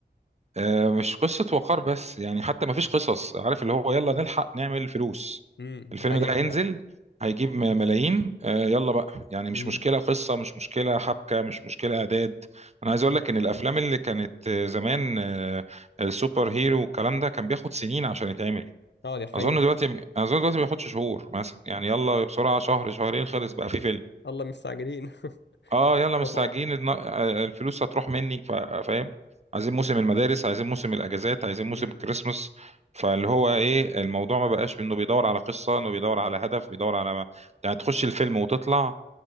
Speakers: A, on the right; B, on the left.
A: آه، مش قصة وقار بس يعني حتى ما فيش قصص عارف اللي هو يلا نلحق نعمل فلوس
B: امم دي
A: الفيلم
B: حقيقة
A: ده هينزل
B: فعلا
A: هيجيب م- ملايين آه، يلا بقى يعني مش
B: امم
A: مشكلة قصة مش مشكلة حبكة مش مشكلة إعداد أنا عايز أقول لك إن الأفلام اللي كانت آه، زمان آه، السوبر هيرو والكلام ده كان بياخد سنين عشان يتعمل
B: اه دي حقيقة
A: أظن دلوقتي أظن دلوقتي ما بياخدش شهور مثلا يعني يلا بسرعة شهر شهرين خلص بقى في فيلم
B: الله مستعجلين <laughs>
A: اه يلا مستعجلين
B: تطاع
A: الن- آه، الفلوس هتروح مني فا- فاهم عايزين موسم المدارس عايزين موسم الاجازات عايزين موسم
B: امم
A: الكريسماس فاللي هو ايه الموضوع ما بقاش انه بيدور على قصه انه بيدور على هدف بيدور على ما... يعني تخش الفيلم وتطلع